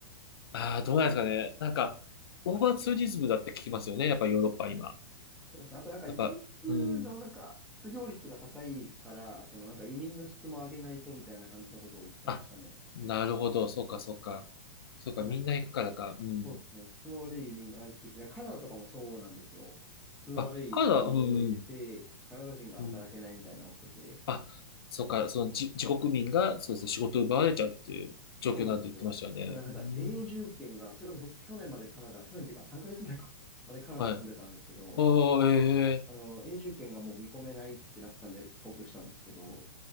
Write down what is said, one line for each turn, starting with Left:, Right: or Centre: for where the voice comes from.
Left: ああ、どうなんですかね。なんか、オーバーツーリズムだって聞きますよね。やっぱヨーロッパは今。
Centre: そうですね。あとなんかイギリスのなんか失業率が高いから、
Left: やっぱ、うん。
Centre: そのなんか移民の質も上げないとみたいな感じのことを言ってましたね。
Left: あ、なるほど。そうか、そうか。そうか、
Centre: なんかし
Left: みんな行くからか。うん。
Centre: そうですね。質の悪い移民が入ってきた。カナダとかもそうなんですよ。質の悪い移民を入れて、
Left: あ、カナダ、うん、
Centre: カナダ人が働けないみたいになってて。
Left: うん。あ、そうか、そのじ、自国民が、そうですね、仕事を奪われちゃうっていう状況になって言ってましたよね。
Centre: そうなんですよ。だからなんか永住権が、
Left: うん、
Centre: それこそ僕去年までカナダ、去年っていうか3ヶ月前か、までカナダ住んでたんですけど、
Left: はい。おー、ええ。
Centre: あの、永住権がもう見込めないってなったんで帰国したんですけど、